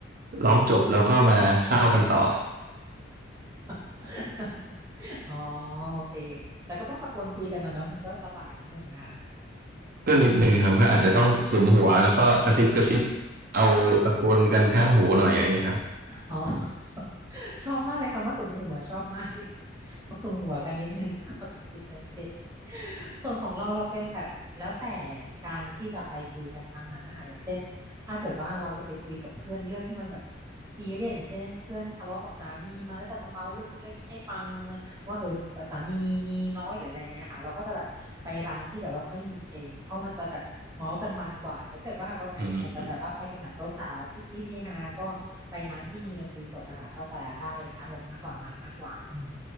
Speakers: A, on the right (about 45°); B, on the right (about 15°).
A: ร้องจบเราก็มาเศร้ากันต่อ
B: <laughs> อ๋อโอเคแต่ก็ต้องตะโกนคุยกันนะเนอะมันก็ลำบากนิดนึงนะคะ
A: ก็นิดหนึ่งครับก็อาจจะต้องสุมหัวแล้วก็กระซิบกระซิบเอาตะโกนกันข้างหูหน่อยอะไรอย่างเงี้ยครับ
B: อ๋อ <laughs> ชอบมากเลยคำว่าสุมหัวชอบมากเลยต้องสุมหัวกันนิดนึงแล้วก็กระซิบกระซิบส่วนของเราเราเป็นแบบแล้วแต่การที่จะไปคุยกันครั้งนั้นนะคะอย่างเช่นถ้าเกิดว่าเราจะไปคุยกับเพื่อนเรื่องที่มันแบบซีเรียสอย่างเช่นเพื่อนทะเลาะกับสามีมาแล้วจะมาเมาเรื่องนู้นเรื่องนี้ให้ฟัง ว่าเออเอ่อสามีมีน้อยหรืออะไรเงี้ยค่ะเราก็จะแบบไปร้านที่แบบว่าไม่มีเพลงเพราะมันจะแบบเมาส์กันมันกว่าแต่เกิดว่าวันไหนอยากจะแบบว่าไปกันแบบสาวๆคลิกๆเฮฮาก็ไปร้านที่มีดนตรีสดอะค่ะก็จะได้อารมณ์มากกว่ามันมากกว่าอืม
A: อ